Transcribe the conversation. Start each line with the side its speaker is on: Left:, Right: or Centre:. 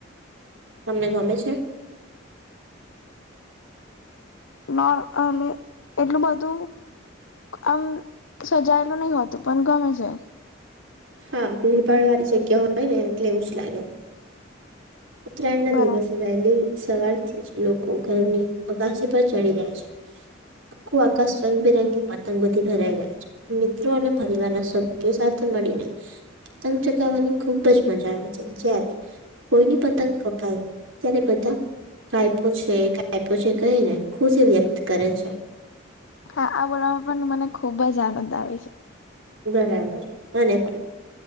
Right: તમને ગમે છે.
Left: નો એટલું બધું. આમ સજાયેલું નહી હોતું પણ ગમી જાય.
Right: હા ભીડ ભાડ વાળી જગ્યા હોય ને એટલે એવું જ લાગે. ઉત્તરાયણ ના
Left: બરાબર
Right: દિવસે વહેલી સવારથી જ લોકો ઘરની અગશી પર ચડી જાય છે. આંખુ આકાશ રંગબેરંગી બની- બધી ભેરાઈ ગયા છે. મિત્રો અને પરિવારના સભ્યો સાથે મળીને પતંગ ચગાવવાની ખુબ જ મજા આવે છે. જ્યારે કોઈની- પતંગ કપાઈ ત્યારે બધા કાયપો છે કાયપો છે કહી ને ખુશી વ્યક્ત કરે છે.
Left: હા આ બોલવામાં પણ મને ખૂબ જ આનંદ છે.
Right: બરાબર અને પણ